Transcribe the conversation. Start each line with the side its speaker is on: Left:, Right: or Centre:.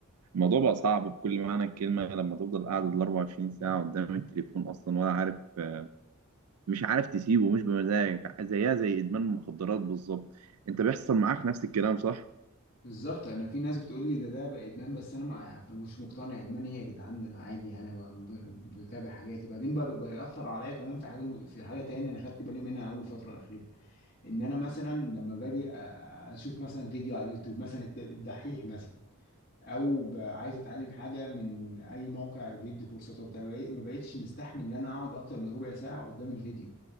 Right: الموضوع بقى صعب بكل معنى الكلمه لما تفضل قاعد ال 24 ساعه قدام التليفون اصلا ولا عارف آه، مش عارف تسيبه مش بمزاجك زيها زي ادمان المخدرات بالظبط انت بيحصل معاك نفس الكلام صح
Left: بالظبط انا في ناس بتقول لي ده ده بقى ادمان بس انا ما يعني مش مقتنع ادمان ايه يا جدعان ده انا عادي انا ب- ب- بتابع حاجاتي بعدين بقى بقى ياثر عليا كمان في حاجه م- في حاجه تاني انا خدت بالي منها اول فتره الاخيره ان انا مثلا لما باجي أ- أ- اشوف مثلا فيديو على اليوتيوب مثلا الت- الدحيح مثلا او ب- عايز اتعلم حاجه من اي موقع وبيدي كورسات وبتاع بقيت- ما بقتش مستحمل ان انا اقعد اكتر من ربع ساعه قدام الفيديو